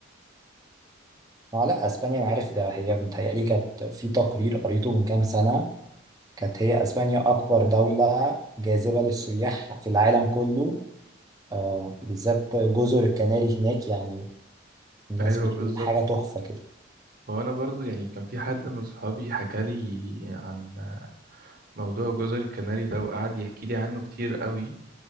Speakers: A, on the right; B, on the right.
A: اه لا اسبانيا انا عارف ده هي متهيألي كانت في تقرير قريته من كام سنه كانت هي اسبانيا اكبر دوله جاذبه للسياح في العالم كله آه بالذات جزر الكناري هناك يعني الناس
B: ايوه
A: بتقول
B: بالظبط
A: حاجه تحفه كده
B: هو انا برضو يعني كان في حد من صحابي حكى لي عن موضوع جزر الكناري ده وقعد يحكي لي عنه كتير قوي